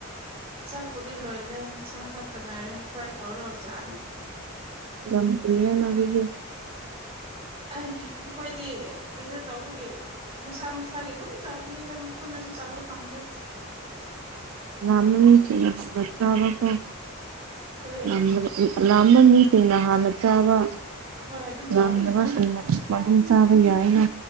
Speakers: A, on the right; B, on the right.
A: ꯆꯥꯛꯄꯨꯗꯤ ꯂꯣꯏꯔꯦ ꯌꯦꯟꯁꯥꯡ ꯈꯛꯇ ꯉꯥꯏꯔꯦ ꯐ꯭ꯔꯥꯏ ꯇꯧꯔꯨꯔ ꯆꯅꯤ
B: ꯌꯥꯝ ꯀꯨꯏ ꯔꯦꯅ ꯗꯨꯗꯤ꯫
A: ꯑꯦ ꯑꯩꯈꯣꯏꯗꯤ ꯀꯩꯅꯣ ꯇꯧꯕꯒꯤ ꯃꯁꯥ ꯃꯁꯥꯒꯤ ꯑꯗꯨꯝ ꯆꯥꯕꯅꯤ ꯑꯗꯨꯝ ꯄꯨꯟꯅ ꯆꯥꯕ ꯐꯪꯗ꯭ꯔꯦ
B: ꯎꯝ ꯉꯥꯃꯤ ꯁꯤꯡꯅ ꯍꯟꯅꯥ ꯆꯥꯕꯥ ꯀꯦ
A: ꯀꯔꯤ
B: ꯉꯝ ꯗꯕ ꯑꯩ ꯑꯗꯨ ꯌꯥꯝꯕ ꯃꯤꯁꯤꯡꯅ ꯍꯥꯟꯅ ꯆꯥꯕ
A: ꯍꯣꯏ ꯑꯗꯨꯝ
B: ꯌꯥꯝꯗꯕꯁꯤꯡꯅ꯫
A: ꯇꯧꯕꯅꯦ
B: ꯃꯅꯨꯡ ꯆꯥꯕ ꯌꯥꯏꯅ꯫